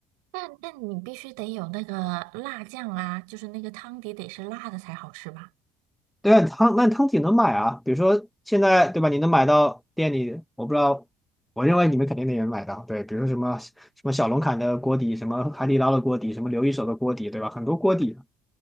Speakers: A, on the right; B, in the centre.
A: 但但你必须得有那个辣酱啊，就是那个汤底得是辣的才好吃吧？
B: 对啊，汤那汤底能买啊，比如说现在对吧？你能买到店里，我不知道，我认为你们肯定能也买到。对，比如说什么什么小龙坎的锅底，什么海底捞的锅底，什么刘一手的锅底，对吧？很多锅底